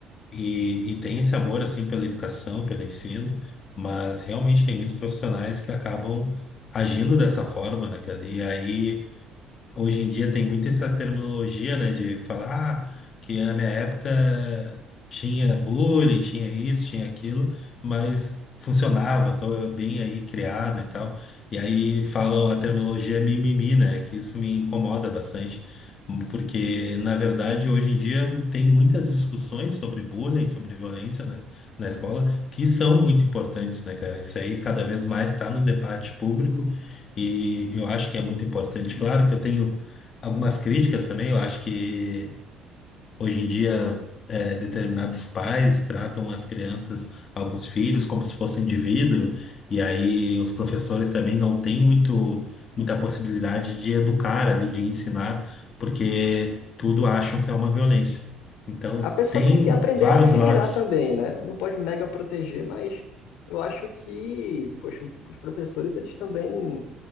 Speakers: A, on the left; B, on the left.
A: e, e tem esse amor, assim, pela educação, pelo ensino, mas realmente tem muitos profissionais que acabam agindo dessa forma, né, cara? E aí. Hoje em dia tem muito essa terminologia, né, de falar ah, que na minha época tinha bullying, tinha isso, tinha aquilo, mas funcionava, tô bem aí criado e tal. E aí falam a terminologia mimimi, né, que isso me incomoda bastante, porque na verdade hoje em dia tem muitas discussões sobre bullying, sobre violência, né, na escola, que são muito importantes, né, cara? Isso aí cada vez mais está no debate público e eu acho que é muito importante. Claro que eu tenho algumas críticas também. Eu acho que hoje em dia é, determinados pais tratam as crianças, alguns filhos, como se fossem de vidro. E aí os professores também não têm muito, muita possibilidade de educar ali, de ensinar, porque tudo acham que é uma violência. Então
B: A pessoa
A: tem
B: tem que aprender
A: vários
B: a se
A: lados.
B: virar também, né? Não pode mega proteger, mas eu acho que, poxa, os professores, eles também,